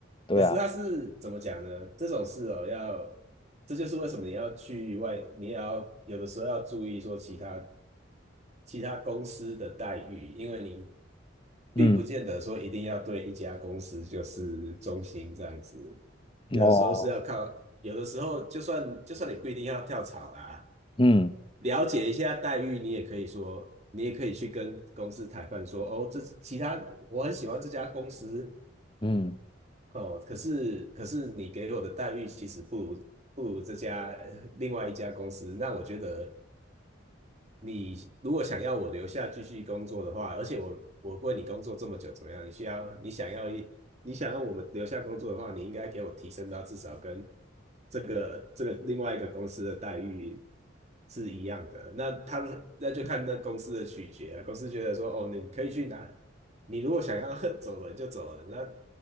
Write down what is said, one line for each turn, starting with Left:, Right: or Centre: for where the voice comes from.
Left: 对啊，
Right: 可是他是怎么讲呢？这种事哦，要这就是为什么你要去外，你也要有的时候要注意说其他其他公司的待遇，因为你
Left: 嗯
Right: 并不见得说一定要对一家公司就是忠心这样子，有的时候是要靠，
Left: 哦，
Right: 有的时候就算就算你不一定要跳槽啦，
Left: 嗯
Right: 了解一下待遇，你也可以说，你也可以去跟公司谈判说，哦，这其他我很喜欢这家公司。
Left: 嗯，
Right: 哦，可是可是你给我的待遇其实不如不如这家呃另外一家公司。那我觉得你如果想要我留下继续工作的话，而且我我为你工作这么久，怎么样？你需要你想要一你想要我们留下工作的话，你应该给我提升到至少跟这个这个另外一个公司的待遇是一样的。那他们那就看那公司的取决啊公司觉得说哦，你可以去哪你如果想要 <laughs> 走人就走人，那